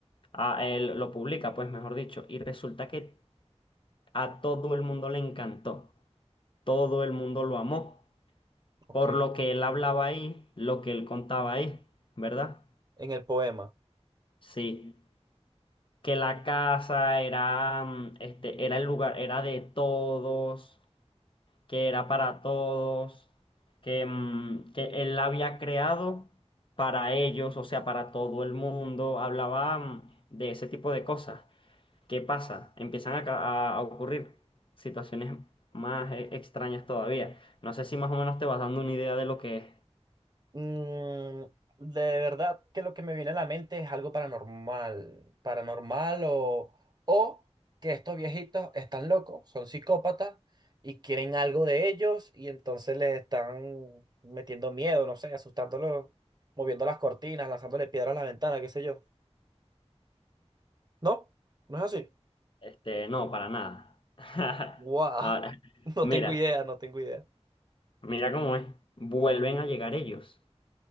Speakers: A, on the left; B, on the right.
A: a, él lo publica, pues mejor dicho. Y resulta que a todo el mundo le encantó, todo el mundo lo amó.
B: ok.
A: por lo que él hablaba ahí, lo que él contaba ahí, ¿verdad?
B: En el poema.
A: Sí, que la casa era, mm, este, era el lugar, era de todos, que era para todos, que, mm, que él la había creado para ellos, o sea, para todo el mundo, hablaba, mm, de ese tipo de cosas. ¿Qué pasa? Empiezan a, ca- a ocurrir situaciones más eh, extrañas todavía. No sé si más o menos te vas dando una idea de lo que es.
B: Mm, de verdad que lo que me viene a la mente es algo paranormal, paranormal o, o que estos viejitos están locos, son psicópatas y quieren algo de ellos y entonces les están metiendo miedo, no sé, asustándolos, moviendo las cortinas, lanzándole piedras a la ventana, qué sé yo. ¿No? ¿No es así?
A: Este, no, para nada. <laughs>
B: Wow,
A: Ahora,
B: <laughs> no
A: mira,
B: tengo idea, no tengo idea.
A: mira cómo es. Vuelven a llegar ellos.